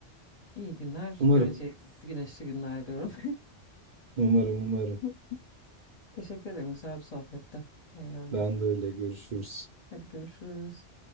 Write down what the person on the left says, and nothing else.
İyi günler
göreceğiz. Güneşli günler diyorum.
<laughs> Teşekkür ederim. Güzel bir sohbette. Eğlendim.
Hadi görüşürüz.